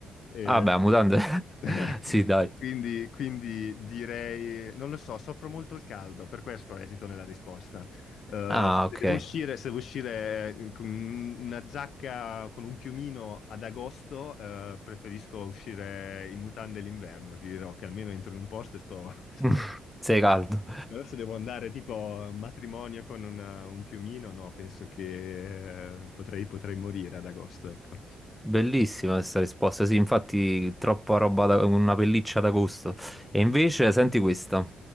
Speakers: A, on the left; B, in the centre.
A: Eh,
B: Ah, beh, mutande.
A: <laughs>
B: <laughs> Sì, dai.
A: Quindi, quindi direi, non lo so, soffro molto il caldo, per questo esito nella risposta. Eh,
B: Ah, ok.
A: se devo uscire, se devo uscire eh, con una giacca, con un piumino ad agosto, eh, preferisco uscire in mutande l'inverno, ti dirò che almeno entro in un posto e sto, <laughs> sto
B: <laughs> Sei caldo.
A: Adesso devo andare tipo a un matrimonio con un, un piumino, no, penso che eh, potrei, potrei morire ad agosto, ecco.
B: Bellissima questa risposta. Sì, infatti, troppa roba da una pelliccia d'agosto. E invece, senti questa: